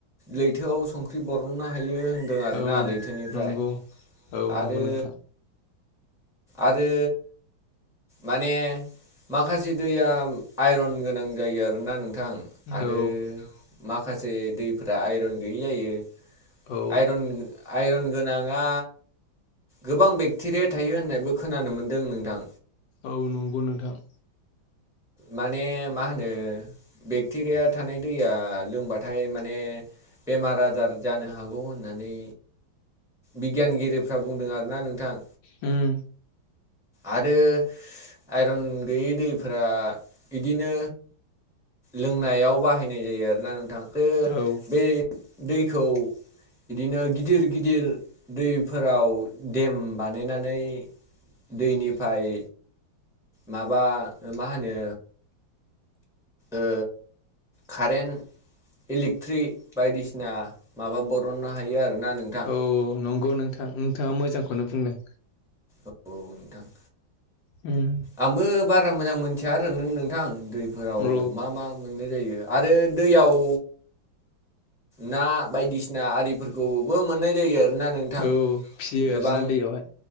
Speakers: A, in the centre; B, on the left.
A: लैथोआव संख फ्रि बर'ननो हायो होन्दों आरोना
B: औ
A: लैथोनिफ्राय
B: नंगौ औ
A: आरो
B: नंगौ नोंथां
A: आरो माने माखासे दैया आइरन गोनां जायो आरोना नोंथां आरो
B: औ
A: माखासे दैफोरा आइरन गैयि जायो
B: औ
A: आइरन आइरन गोनाङा गोबां बेक्टेरिया थायो होननायबो खोनानो मोनदों नोंथां।
B: औ नंगौ नोंथां।
A: माने मा होनो बेक्टेरिया थानाय दैया लोंबाथाय माने बेमार आजार जानो हागौ होननानै बिगियानगिरिफ्रा बुंदों आरोना नोंथां।
B: उम।
A: आरो आइरन गैयै दैफोरा इदिनो लोंनायाव बाहायनाय जायो आरोना नोंथां बे
B: औ
A: बे दैखौ इदिनो गिदिर गिदिर दैफोराव डेम बानायनानै दैनिफाय माबा ओ मा होनो ओ खारेन्ट इलेक्ट्रि बायदिसिना माबा बर'ननो हायो आरोना नों
B: औ नंगौ नोंथां नोंथाङा मोजांखौनो बुंदो।
A: औ नोंथां।
B: उम।
A: आंबो बारा मोजां मोनथिया आरो नों-नोंथां दै फोराव
B: औ
A: मा मा मोननाय जायो आरो दैयाव ना बायदिसिना आरिफोर गौबो मोननाय जायो आरोना नोंथां
B: औ फिसियो
A: गोबां
B: आरोना दैयावहाय